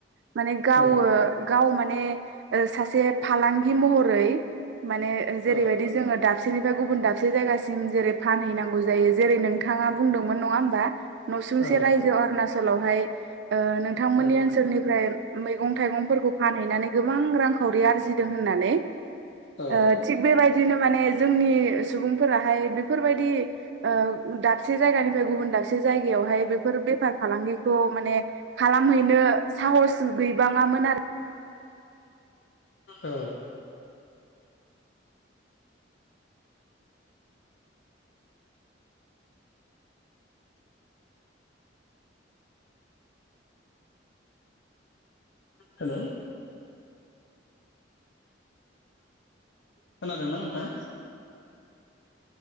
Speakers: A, on the right (about 65°); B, on the left (about 70°).
A: माने गावो
B: औ
A: गाव माने ओ सासे फालांगि महरै माने जेरैबायदि
B: औ
A: जोङो दाबसेनिफाय गुबुन दाबसे जायगासिम जेरै फानहैनांगौ जायो। जेरै नों थाङा बुंदोंमोन नङा होमबा न'सुंसे
B: औ
A: रायजो अरुणाचलावहाय ओ नोंथांमोननि
B: औ
A: ओनसोल निफ्राय मैगं थाइगंफोरखौ फानहैनानै गोबां रांखावरि आरजिदों होननानै
B: औ
A: ओ थिग बेबाय दिनो माने जोंनि सुबुंफोराहाय बेफोरबायदि ओ दाबसे जायगा निफाय गुबन दाबसे जायगायावहाय बेफोर बेफार फालांगिखौ माने खालामहैनो साहस गैबां आमोन आरो
B: औ हेलौ! खोनादोना नोंथां?